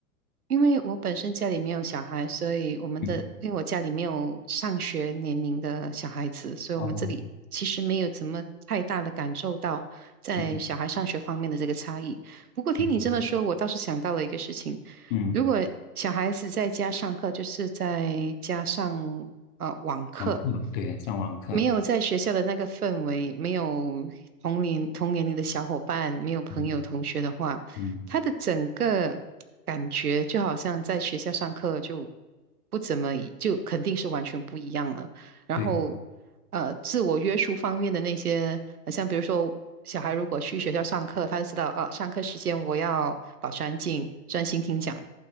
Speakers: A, on the right (about 65°); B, on the left (about 35°).
A: 因为我本身家里没有小孩，所以我们的，
B: 嗯，
A: 因为我家里没有上学年龄的小孩子，所以我们这里其实没有怎么太大的感受到在小孩上学方面的这个差异。
B: 哦，嗯
A: 不过听你这么说，
B: 嗯嗯。
A: 我倒是想到了一个事情，
B: 嗯
A: 如果小孩子在家上课，就是在家上呃网课。
B: 网课，对，上网课，
A: 没有在学校的那个氛围，没有同龄同年龄的小伙伴，没有朋友同学的话，
B: 嗯嗯，
A: 他的整个感觉就好像在学校上课就不怎么一就肯定是完全不一样了。然后，
B: 对，
A: 呃，自我约束方面的那些，呃像比如说小孩如果去学校上课，他就知道啊，上课时间我要保持安静，专心听讲。